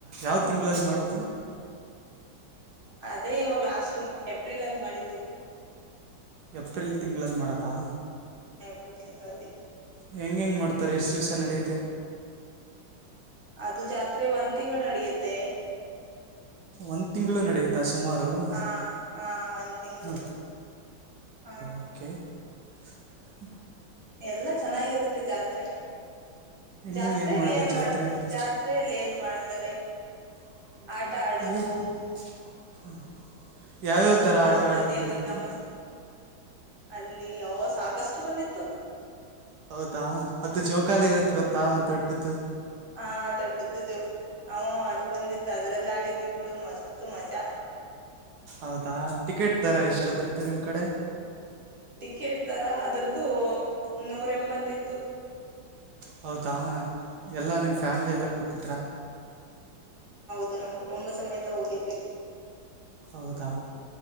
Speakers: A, on the right (about 65°); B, on the right (about 30°).
A: ಯಾವ ತಿಂಗಳಲ್ಲಿ ಮಾಡೋದು.
B: ಅದೇ ಇವಾಗ ಲಾಸ್ಟ್ ಏಪ್ರಿಲ್ ಅಲ್ಲಿ ಮಾಡಿದ್ದು.
A: ಏಪ್ರಿಲ್ ತಿಂಗಳಲ್ಲಿ ಮಾಡದಾ.
B: ಕೆ ತಿಂಗಳಲ್ಲಿ.
A: ಹೆಂಗ ಹೆಂಗ ಮಾಡ್ತಾರೆ ಎಷ್ಟು ದಿವ್ಸ ನಡೀ.
B: ಅದು ಜಾತ್ರೆ ಒಂದ್ ತಿಂಗಳು ನಡೆಯುತ್ತೆ. ತ್ತೆ
A: ಒಂದು ತಿಂಗಳು ನಡೆಯುತ್ತಾ ಸುಮಾರು ಹಾಂ
B: ಹ ಹ ಒಂದ್ ತಿಂಗಳು
A: ಹಾಂ
B: ಹ
A: ಓಕೆ ಹ.
B: ಎಲ್ಲಾ ಚೆನ್ನಾಗಿರುತ್ತೆ ಜಾತ್ರೆ ಜಾತ್ರೆಯಲ್ಲಿ
A: ನೀನೇನು ಮಾಡಿದೆ
B: ಏನ್
A: ಜಾತ್ರೆಯಲ್ಲಿ
B: ಮಾಡ ಜಾತ್ರೆಯಲ್ಲಿ ಏನ್ ಮಾಡ್ತಾರೆ.
A: <inaudible>
B: ಆಟ ಆಡೋದು
A: ಯಾವ್ಯಾವ
B: ಸ್ವಲ್ಪ
A: ಥರ
B: ಫಸ್ಟ್
A: ಆಟ ಆಡೋದು
B: ದೇವ್ರಗ್
A: ಬಂದಿತ್ತು.
B: ನಮಸ್ ಅಲ್ಲಿ ಯೋ ಸಾಕಷ್ಟು ಬಂದಿತ್ತು.
A: ಹೌದಾ ಅದು ಜೋಕಾಲಿ ಇರುತ್ತೆ ಗೊತ್ತಾ ದೊಡ್ಡ್ದು.
B: ಹಾ ದೊಡ್ಡದು ಜು ಹ ಅದು ಬಂದಿತ್ತು ಅದ್ರಲ್ಲ ಆ. ಮಾಡಿದ್ವಿ ಬಿಡು ಮಸ್ತ್ ಮಜಾ.
A: ಹೌದಾ ಟಿಕೆಟ್ ದರ ಎಷ್ಟಾದರುತ ನಿಮ್ಮ ಕಡೆ.
B: ಟಿಕೆಟ್ ದರ ಅದ್ರ್ದು ನೂರ ಎಂಬತಿತ್ತು
A: ಹೌದಾ ಎಲ್ಲ ನಿಮ್ಮ ಫ್ಯಾಮಿಲಿ ಎಲ್ಲ ಕೂತಿದ್ರಾ
B: ದು ನಮ್ ಕುಟುಂಬ ಸಮೇತ ಹೋಗಿದ್ವಿ
A: ಹೌದಾ